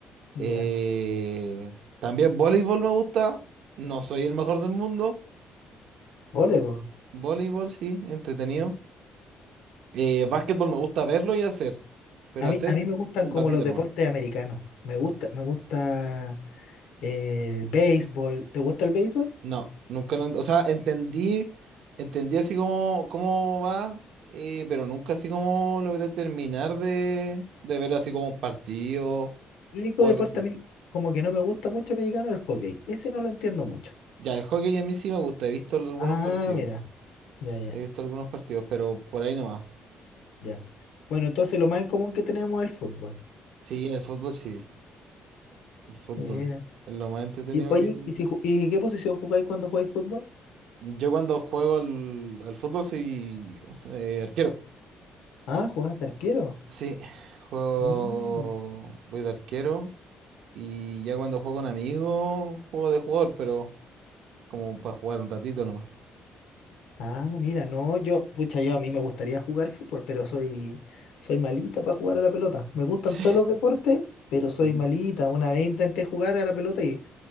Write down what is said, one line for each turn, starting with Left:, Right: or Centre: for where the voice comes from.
Left: Ya.
Right: Eh, también voleibol me gusta. No soy el mejor del mundo.
Left: Voleibol.
Right: Voleibol, sí, entretenido.
Left: ya.
Right: Eh, básquetbol me gusta verlo y hacer, pero
Left: A
Right: hacer
Left: mí, a mí me gustan
Right: un
Left: como
Right: ratito
Left: los deportes
Right: nomás.
Left: americanos. Me gusta, me gusta eh, el béisbol. ¿Te gusta el béisbol?
Right: No, nunca lo, ent- o sea, entendí, entendí así como cómo va, eh, pero nunca así como logré terminar de, de ver así como un partido
Left: El único
Right: o
Left: deporte
Right: algo así.
Left: a mí como que no me gusta mucho americano es el hockey. Ese no lo entiendo mucho.
Right: Ya, el hockey a mí sí me gusta, he visto algunos
Left: Ah,
Right: partidos,
Left: mira, ya, ya,
Right: he visto algunos partidos, pero por ahí nomás.
Left: ya. Bueno, entonces lo más en común que tenemos es el fútbol.
Right: Sí, el fútbol sí, el fútbol.
Left: Mira.
Right: Es lo más entretenido
Left: Y, oye,
Right: que...
Left: ¿y, si, ju- y qué posición jugáis cuando jugáis fútbol?
Right: Yo cuando juego al, al fútbol soy, ¿cómo se llama? Eh, arquero.
Left: Ah, jugás arquero.
Right: Sí, juego,
Left: Mira.
Right: voy de arquero. Y ya cuando juego con amigos, juego de jugador, pero como para jugar un ratito nomás.
Left: Ah, mira, no, yo, pucha, yo a mí me gustaría jugar fútbol, pero soy, soy malita para jugar a la pelota. Me gustan
Right: <laughs>
Left: todos
Right: Sí.
Left: los deportes, pero soy
Right: Mm.
Left: malita. Una vez intenté jugar a la pelota y